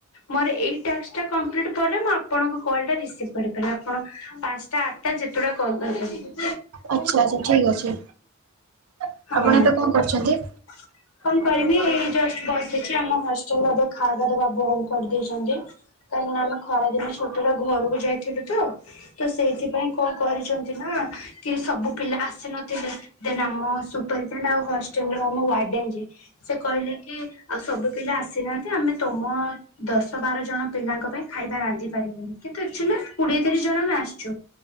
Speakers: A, on the left; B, on the right.
A: ମୋର ଏଇ ଟାସ୍କ ଟା କମ୍ପ୍ଲିଟ୍ ପରେ ମୁଁ ଆପଣଙ୍କ କଲ ଟା ରିସିଭ କରି ପାରିବି। ଆପଣ ପାଞ୍ଚଟା ଆଠଟା ଯେତୁଟା କଲ୍ କରିି ପାରିବେ।
B: ଆଚ୍ଛା, ଆଚ୍ଛା ଠିକ୍ ଅଛି। ଆପଣ
A: ହଁ।
B: ଏବେ କଣ କରୁଛନ୍ତି?
A: <inaudible> କଣ କରିବି? ଏଇ ଜଷ୍ଟ ବସିଛି। ଆମ ହଷ୍ଟେଲ ଖାଇବା ଦବା ବନ୍ଦ କରିଦେଇଛନ୍ତି। କାହିଁକି ନା ଆମେ ଖରା ଦିନ ଛୁଟିରେ ଘରକୁ ଯାଇଥିଲୁ ତ ତ ସେଇଥିପାଇଁ କଣ କରିଛନ୍ତି ନା କି ସବୁ ପିଲା ଆସି ନଥିଲେ, ଦେନ୍ ଆମ ସୁପରଟେଣ୍ଡ ଆଉ ହଷ୍ଟେଲ ର ଆମ ୱାର୍ଡେନ ଯିଏ ସେ କହିଲେ କି ଆଉ ସବୁ ପିଲା ଆସିନାହାନ୍ତି ଆମେ ତମ ଦଶ ବାର ଜଣ ପିଲାଙ୍କ ପାଇଁ ଖାଇବା ରାନ୍ଧି ପାରିବୁନି। କିନ୍ତୁ ଆକ୍ଚୁଆଲ୍ କୋଡିଏ ତିରିଶ ଜଣ ଆମେ ଆସ